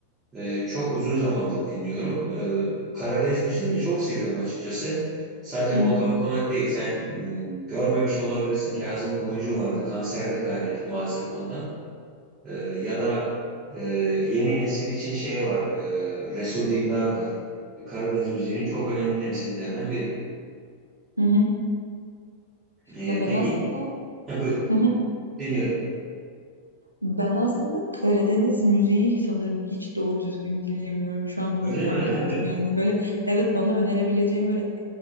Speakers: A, on the right; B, on the right.
A: Ee, çok uzun zamandır dinliyorum. Ee, Karadeniz müziğini de çok seviyorum açıkçası. Sadece
B: Hı hı,
A: Volkan Konak değil. Sen mm, görmemiş olabilirsin. Kazım Koyuncu vardı. Kanserde kaybettik maalesef onu da. Ee, ya da e, yeni nesil için şey var. e, Resul Dindar var. Karadeniz müziğinin çok önemli temsilcilerinden biri.
B: hı hı.
A: Ee,
B: Ya ben
A: peki,
B: aslında
A: ha, buyur.
B: hı hı.
A: Dinliyorum.
B: Ben aslında Karadeniz müziği sanırım hiç doğru düzgün dinlemiyorum. Şu an onu
A: Öyle
B: fark
A: mi?
B: ettim. Yani
A: <laughs>
B: böyle evet bana önerebileceğim böyle